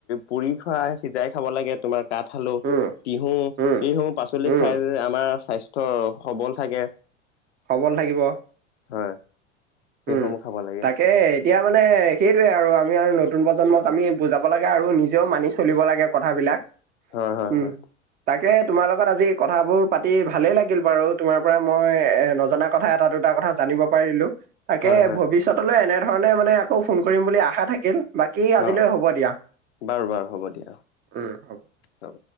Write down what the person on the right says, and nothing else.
উম,
উম,
উম,
খবৰ থাকিব
উম
তাকে এতিয়া মানে সেইটয়ে আৰু আমি আৰু নতুন প্ৰজন্মক আমি বুজাব লাগে আৰু নিজেও মানি চলিব লাগে কথাবিলাক
উম
তাক তাকে তোমাৰ লগত আজি কথাবোৰ পাতি ভালেই লাগিল বাৰু তোমাৰ পৰা মই নজনা কথা এটা দুটা কথা কথা জানিব পাৰিলো তাকে
ভৱিষ্যতলৈ
এনেধৰণে মানে আকৌ ফোন কৰিম বুলি আশা থাকিল বাকী আজিলৈ
হ'ব দিয়া
উ হ'ব